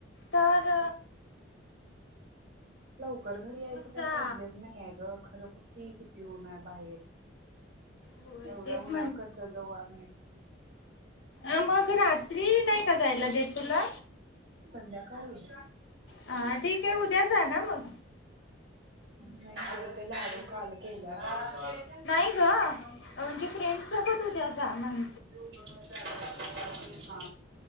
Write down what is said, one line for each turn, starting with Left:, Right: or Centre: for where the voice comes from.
Left: तर.
Right: लवकर घरी यायचं
Left: मग
Right: काय
Left: जा
Right: प्रॉब्लेम नाही आहे गं. खरं बघ की किती ऊन आहे बाहेर
Left: होय
Right: एवढा
Left: तेच
Right: उन्हात कस जाऊ आम्हि
Left: अ मग रात्री नाही का जायला देत तुला
Right: संध्याकाळी
Left: ह ठीक आहे उद्या जा ना मग
Right: नाही ग ते लाडू काल केल्या ना आ
Left: नाही ग म्हणजे फ्रेंड सोबत उद्या जा मग
Right: तेव ब <unintelligible> हा